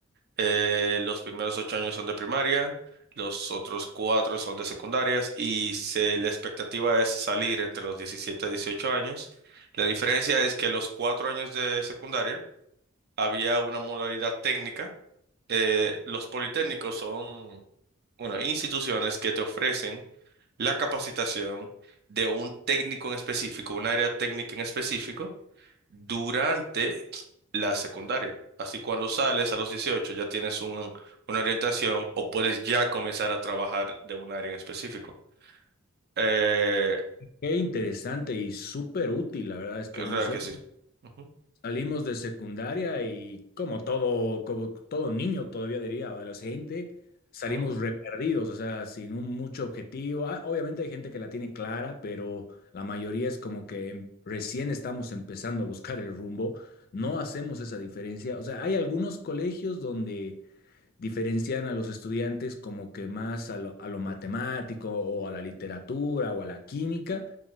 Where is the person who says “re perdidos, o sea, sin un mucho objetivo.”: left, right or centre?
Left